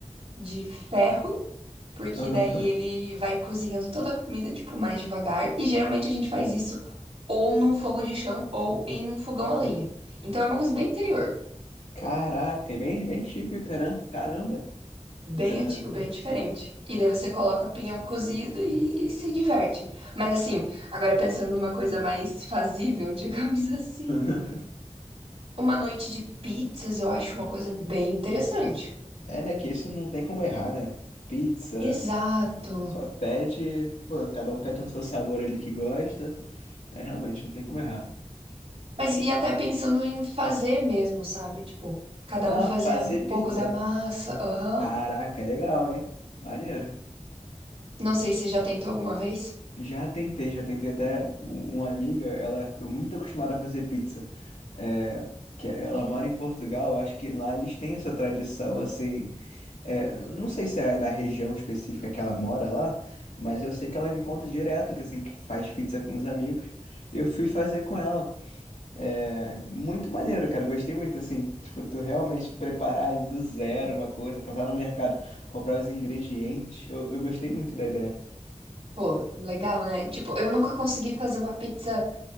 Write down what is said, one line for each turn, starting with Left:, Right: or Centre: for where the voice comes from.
Right: de ferro, porque
Left: Aham.
Right: daí ele vai cozinhando toda a comida, tipo, mais devagar. E geralmente a gente faz isso ou num fogo de chão ou em um fogão a lenha. Então é uma coisa bem interior,
Left: Caraca, é bem, bem típica, né? Caramba.
Right: bem
Left: É.
Right: antigo, bem diferente. E daí você coloca pinhão cozido e, e se diverte. Mas assim, agora pensando numa coisa mais fazível, <laughs> digamos assim,
Left: <laughs>
Right: uma noite de pizzas eu acho uma coisa bem interessante.
Left: É, né? Que esse não tem como errar, né? Pizza,
Right: Exato.
Left: só pede. Pô, cada um pede um seu sabor ali que gosta. É, realmente, não tem como errar.
Right: Mas e até pensando em fazer mesmo, sabe? Tipo, cada
Left: Ah,
Right: um fazer
Left: fazer
Right: a- um
Left: pizza?
Right: pouco da massa, aham.
Left: Caraca, legal, hein? Maneiro.
Right: Não sei se você já tentou alguma vez.
Left: Já tentei, já tentei até um- uma amiga, ela é muito acostumada a fazer pizza. É, que ela mora em Portugal, acho que lá eles têm essa tradição assim. É, n- não sei se é da região específica que ela mora lá, mas eu sei que ela me conta direto que assim que faz pizza com os amigos. e Eu fui fazer com ela. É muito maneiro, cara. eu Gostei muito assim. Tipo, tu realmente preparar ali do zero uma coisa, passar no mercado, comprar os ingredientes. Eu, eu gostei muito da ideia.
Right: Pô, legal, né? Tipo, eu nunca consegui fazer uma pizza